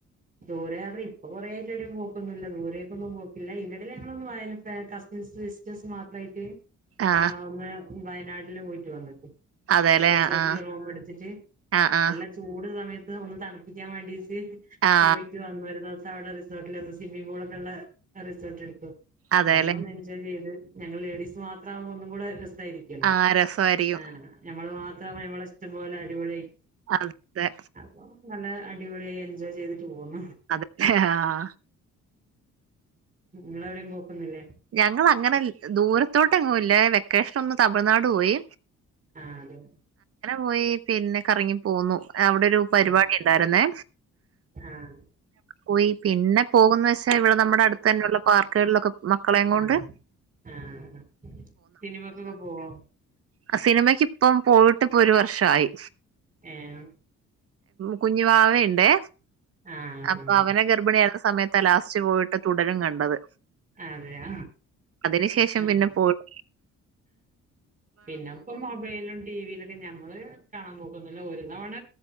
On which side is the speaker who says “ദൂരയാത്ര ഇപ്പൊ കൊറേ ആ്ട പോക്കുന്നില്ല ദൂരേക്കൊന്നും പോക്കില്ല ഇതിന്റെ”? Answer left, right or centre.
Right